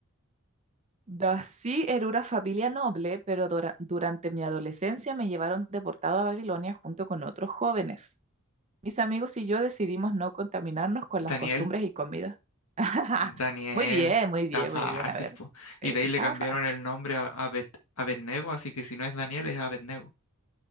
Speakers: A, on the right; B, on the left.
A: Dací era una familia noble, pero dura- durante mi adolescencia me llevaron deportado a Babilonia junto con otros jóvenes. Mis amigos y yo decidimos no contaminarnos con
B: Daniel,
A: las costumbres y comidas. <laughs>
B: Daniel,
A: Muy bien, muy
B: está
A: bien,
B: fácil,
A: muy bien. A ver,
B: po.
A: sí,
B: Y de ahí
A: estaba
B: le cambiaron
A: fácil.
B: el nombre a Abed, Abednego, así que si no es Daniel, es Abednego.